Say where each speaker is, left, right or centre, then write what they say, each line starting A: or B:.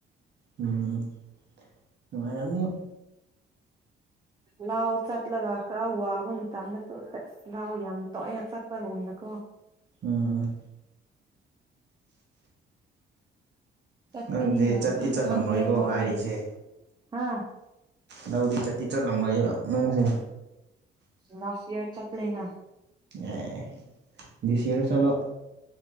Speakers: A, on the right; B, on the right.
A: ꯎꯝ ꯅꯨꯡꯉꯥꯏ ꯔꯝꯅꯤ
B: ꯂꯥꯎ ꯆꯠꯂꯒ ꯈꯔ ꯋꯥꯕ ꯃꯇꯝꯗꯁꯨ ꯁꯦꯁ ꯂꯥꯎ ꯌꯥꯝ ꯇꯣꯏꯅ ꯆꯠꯄꯒꯨꯝꯅꯀꯣ
A: ꯎꯝ
B: ꯆꯠꯄꯅꯤꯅ
A: ꯅꯪꯗꯤ ꯆꯠꯇꯤ ꯆꯠꯂꯝꯂꯣꯏꯀꯣ
B: ꯈꯪꯉꯦ ꯂꯣꯏꯅ
A: ꯍꯥꯏꯔꯤꯁꯦ
B: ꯍꯥ
A: ꯂꯧꯗꯤ ꯆꯠꯇꯤ ꯆꯠꯂꯝꯂꯣꯏꯕ ꯅꯪꯁꯦ
B: ꯂꯥꯁ ꯏꯌꯔ ꯆꯠꯂꯦꯅꯥ
A: ꯑꯦ ꯗꯤꯁꯤꯔ ꯆꯂꯣ